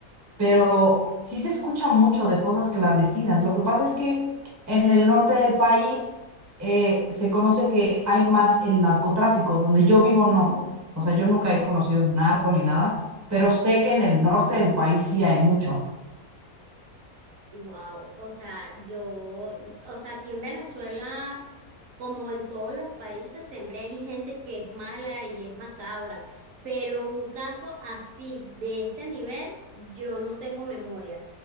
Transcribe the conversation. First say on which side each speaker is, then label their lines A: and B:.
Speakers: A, on the right (about 20°); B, on the right (about 65°).
A: pero sí se escucha mucho de fosas clandestinas. Lo que pasa es que en el norte del país eh, se conoce que hay más el narcotráfico, donde yo vivo no. O sea, yo nunca
B: Ok.
A: he conocido un narco ni nada, pero sé que en el norte del país sí hay mucho.
B: Wow, o sea, yo, o sea, aquí en Venezuela, como en todos los países, siempre hay gente que es mala y es macabra, pero un caso así, de este nivel, yo no tengo memoria.